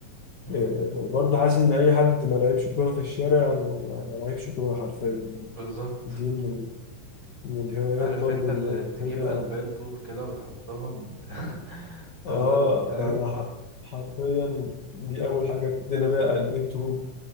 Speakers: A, on the right (about 30°); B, on the left (about 65°).
A: مم.
B: إيه، وبرضه حاسس ان اي حد ما لعبش كوره في الشارع ما ما لعبش كوره حرفيا يعني
A: بالظبط
B: دي من ال- من الهوايات
A: عارف
B: برضه
A: انت اللي
B: ان
A: تجيب
B: هي
A: قلبين طوب كده وتحطهم وت... <laughs> تفضل
B: اه
A: تلعب
B: ده انا ح- حرفيا دي اول حاجه ابتدينا بقى قلبين طوب